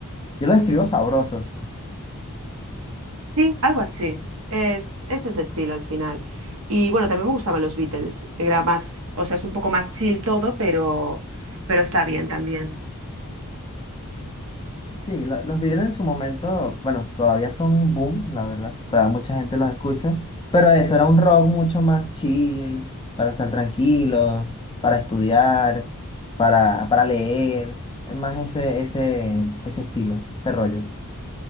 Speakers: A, on the left; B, on the right.
A: yo lo describo sabroso.
B: Sí, algo así. Es, es de ese estilo al final. Y bueno, también me gustaban los Beatles. Era más, o sea, es un poco más chill todo, pero, pero está bien también.
A: Sí, lo- los Beatles en su momento, bueno, todavía son un boom, la verdad. Todavía mucha gente los escucha. Pero eso era un rock mucho más chill, para estar tranquilo, para estudiar, para, para leer. Es más ese, ese, ese estilo, ese rollo.